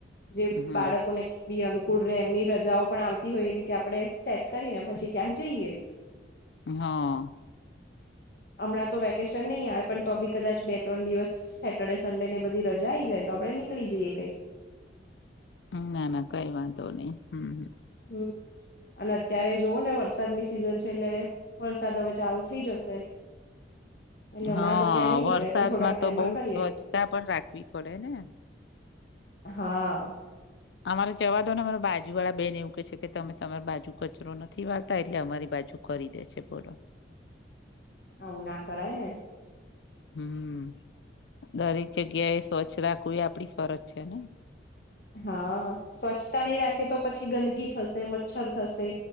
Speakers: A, on the left (about 50°); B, on the left (about 70°).
A: જે
B: હમ
A: બાળકોને બી અનુ ફુલ ડે એમની રજાઓ પણ આવતી હોય એ રીતે આપડણે સેટ કરીને પછી ક્યાંક જઈએ.
B: હા
A: હમણાં તો વેકેશન નહી આવે પણ તો બી કદાચ બે ત્રણ દિવસ સેટર્ડે સન્ડે ને બધી રજા આઈ જાય તો આપણે નીકળી જઈએ કંઈક.
B: હ ના ના કઈ વાંધ નહી હમ.
A: હમ અને અત્યારે જોવો ને વરસાદની સિઝન છે એટલે વરસાદ હવે ચાલુ થઈ જશે. એટલે
B: હા
A: હમણાં તો ક્યાંય નહી
B: વરસાદમાં
A: નીકળે પણ થોડાક ટાઈમમાં
B: તો બહ
A: કરીએ
B: સ્વચ્છતા પણ રાખવી પડે ને.
A: હા
B: અમારે જવા દો ને અરો બાજુ વાળા બેન એવું કેહે છે કે તમે તમારી બાજુ કચરો નથી વારતા એટલે અમારી બાજુ કરી દે છે બોલો.
A: આવું ના કરાય ને.
B: હમ દરેક જગ્યા એ સ્વચ્છ રાખવું એ આપડી ફરજ છે ને.
A: હા સ્વચ્છતા નહી રાખે તો પછી ગંદગી થશે મચ્છર થશે